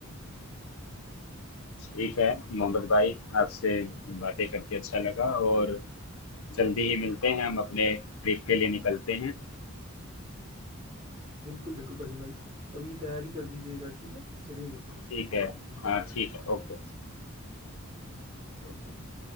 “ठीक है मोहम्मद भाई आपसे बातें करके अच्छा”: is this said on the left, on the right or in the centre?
Left